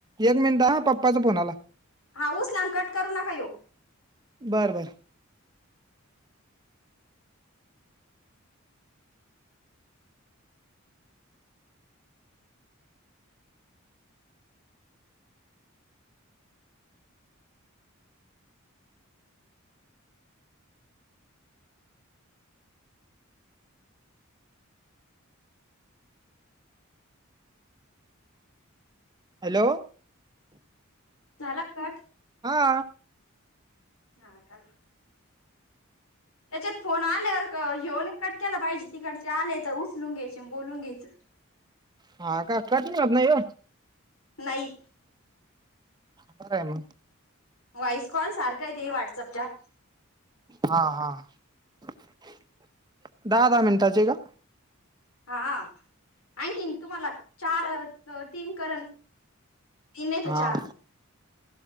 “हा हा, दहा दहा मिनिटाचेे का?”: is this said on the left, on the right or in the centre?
Right